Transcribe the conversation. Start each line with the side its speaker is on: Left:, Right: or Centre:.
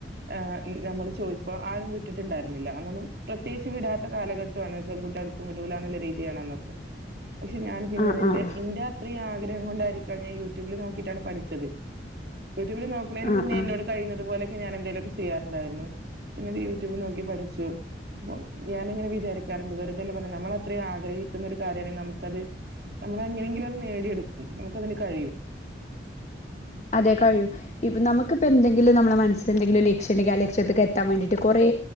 Right: ആഹ് നമ്മള് ചോദിച്ച അപ്പൊ ആരും വിട്ടിട്ടുണ്ടായിരുന്നില്ല അന്നൊന്നും പ്രത്യേകിച്ച് വിടാത്ത ത്തെ കാലഘട്ടമാണ് പെൺകുട്ടി അടുക്കും ഇടുവല എന്നുള്ള രീതിയാണ്ന്നൊക്കെ പക്ഷെ ഞാൻ പിന്നെ
Left: ആഹ്
Right: അതിന്റെ
Left: ആഹ്
Right: ഇ ഇത്രയും ആഗ്രഹം കൊണ്ടായിരിക്കാം ഞാൻ യൂട്യൂബിൽ നോക്കിയിട്ടാണ് പഠിച്ചത് യൂട്യൂബിൽ നോക്കുന്നതിന്
Left: ആഹ്
Right: മുന്നേ
Left: ആഹ്
Right: എന്നോട് കഴുന്നത് പോലൊക്ക ഞൻ എന്തേലുംക്കെ ചെയ്യാറുണ്ടായിരുന്നു പിന്നെ അത് യൂട്യൂബ് നോക്കി പഠിച്ചു അപ്പം ഞാനങ്ങനെ വിചാരിക്കാറുണ്ട് വെറുതല്ലെ പറ നമ്മള അത്ര ആഗ്രഹിക്കുന്ന ഒരു കാര്യമാണെങ്കിൽ നമുക്കത് നമ്മളെങ്ങനെയെങ്കിലും അത് നേടിയെടുക്കും നമുക്ക അതിന് കഴിയും
Left: അതെ കഴിയും ഇപ്പ നമുകിപ്പൊ എന്തെങ്കിലും നമ്മുടെ മനസ്സിൽ എന്തെങ്കിലും ലക്ഷ്യന്റെ ഇണ്ടങ്കിൽ ലക്ഷ്യത്തൊക്ക് എത്താൻ വേണ്ടീട്ട് കുറെ